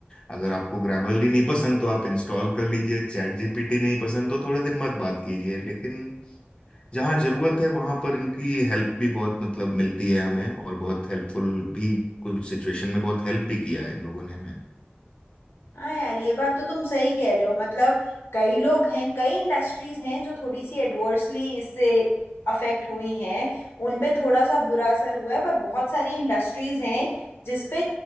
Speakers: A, on the left; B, on the left.
A: अगर आपको ग्रामरली नहीं पसंद तो आप इंस्टॉल कर लीजिए चैट जीपीटी नहीं पसंद तो थोड़े दिन मत बात कीजिए लेकिन जहाँ जरूरत है वहां पर इनकी हेल्प भी बहुत मतलब मिलती है हमें और बहुत हेल्पफुल भी कुछ सिचुएशन में बहुत हेल्प भी किया है इन लोगों ने हमें
B: हाँ यार ये बात तो तुम सही कह रहे हो मतलब कई लोग हैं कई इंडस्ट्रीज हैं जो थोड़ी सी एडवर्सली इससे अफेक्ट हुई हैं उन पे थोड़ा सा बुरा असर हुआ है पर बहुत सारी इंडस्ट्रीज हैं जिसपे